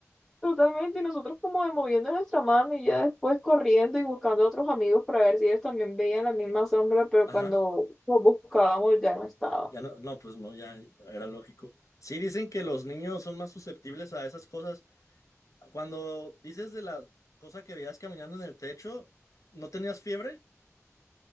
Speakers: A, in the centre; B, on the left.
A: Totalmente, y nosotros como de moviendo nuestra mano y ya después corriendo y buscando a otros amigos para ver si ellos también veían la misma sombra, pero
B: Ajá.
A: cuando los buscábamos ya no estaba.
B: Ya no, no, pues no, ya era lógico. Sí, dicen que los niños son más susceptibles a esas cosas. Cuando dices de la cosa que veías caminando en el techo, ¿no tenías fiebre?